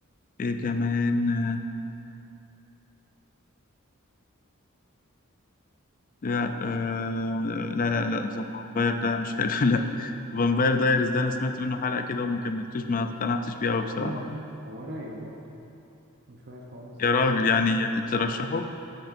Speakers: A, on the left (about 40°); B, on the right (about 50°).
A: ايه كمان آه لا آه لا لا لا ذا فامباير ده مش حلو <laughs> لا فامباير دايرز ده انا سمعت منه حلقة كده وما كملتوش ما اقتنعتش بيه قوي بصراحة
B: والله هو هو رايق برضه مش وحش خالص
A: يا راجل يعني ترشحه
B: اه